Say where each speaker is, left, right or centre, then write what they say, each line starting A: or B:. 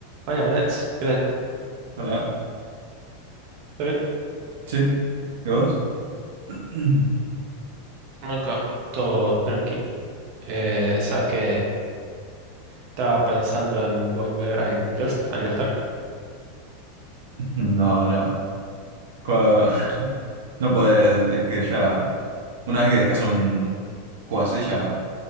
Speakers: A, on the right (about 40°); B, on the right (about 70°).
A: Buenas, buenas. ¿Qué tal?
B: Hola,
A: ¿Todo bien?
B: ¿sí? ¿Y vos? <clears throat>
A: Acá, todo tranqui. Eh, sabes que estaba pensando en volver al Lost, al Lost Ark.
B: No, no. Cua- <laughs> No podés, es que ya, una vez que dejas un juego así, ya